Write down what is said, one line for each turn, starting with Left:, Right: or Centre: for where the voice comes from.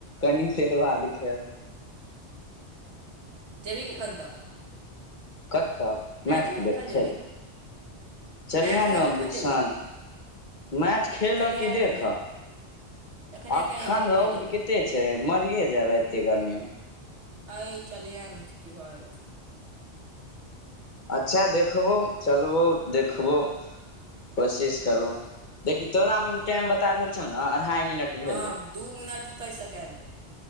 Left: कनी देर बाद खेब
Right: जेबहि केखन त
Left: कतय मैचके
Right: देखै
Left: देख
Right: कखन
Left: खेल
Right: जेबही
Left: चलिहेने
Right: मैच देखा कखन जेबही
Left: सान, मैच खेलह
Right: चलिहे
Left: कि
Right: एखने
Left: देखह?
Right: एखने
Left: अख्खन
Right: कनि देरमे चलिहे
Left: रौद कत्ते छै, मरिए जैब एत्ते गर्मी में।
Right: हइ चलिहेंन, की भऽजेतय?
Left: अच्छा देखबौ, चलबौ, देखबौ कोशिश करबौ, देखि तोरा मे अभी टाइम बता रहल छौ ने अढ़ाई मिनट भेलै
Right: हँ दू मिनट तैइस सेकेंड।